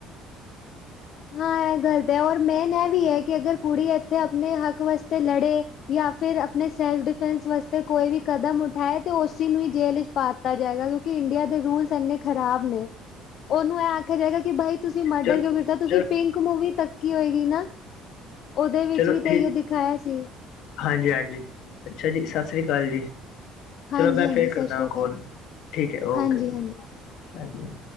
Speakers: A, on the left; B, on the left.
A: ਹਾਂ ਇਹ ਗੱਲਤ ਹੈ, ਔਰ ਮੇਨ ਇਹ ਵੀ ਹੈ, ਕਿ ਅਗਰ ਕੁੜੀ ਇੱਥੇ, ਆਪਣੇ ਹੱਕ ਵਾਸਤੇ ਲੜੇ ਜਾਂ ਫਿਰ, ਆਪਣੇ ਸੈਲਫ ਡਿਫੈਂਸ ਵਾਸਤੇ ਕੋਈ ਵੀ ਕਦਮ ਉਠਾਏ, ਤੇ ਉਸਸੀ ਨੂੰ ਹੀ ਜੇਲ ਵਿਚ ਪਾ ਤਾ ਜਾਏਗਾ, ਕਿਉਂਕਿ ਇੰਡੀਆ ਦੇ ਰੂਲਸ ਇੰਨੇ ਖਰਾਬ ਨੇ, ਉਹਨੂੰ ਇਹ ਆਖਿਆ ਜਾਏਗਾ ਕਿ ਬਾਈ ਤੁਸੀਂ ਆਡਰ
B: ਚਲ
A: ਕਿਉਂ ਕੀਤਾ, ਤੁਸੀਂ
B: ਚਲ
A: ਪਿੰਕ ਮੂਵੀ ਤੱਕੀ ਹੋਏਗੀ ਨਾ ਉਹਦੇ ਵਿੱਚ
B: ਚਲੋ
A: ਵੀ
B: ਠੀਕ
A: ਤੇ ਈਓ ਦਿਖਾਇਆ ਸੀ
B: ਹਾਂਜੀ -ਹਾਂਜੀ, ਅੱਛਾ ਜੀ, ਸਤਿ ਸ੍ਰੀ ਅਕਾਲ ਜੀ।
A: ਹਾਂਜੀ
B: ਚਲੋ, ਮੈਂ
A: ਹਾਂਜੀ
B: ਫੇਰ ਕਰਦਾਂ
A: ਸਤਿ ਸ੍ਰੀ
B: ਵਾ
A: ਅਕਾਲ
B: ਕੋਲ, ਠੀਕ ਹੈ
A: ਹਾਂਜੀ
B: ਓਕੇ
A: ਹਾਂਜੀ
B: ਹ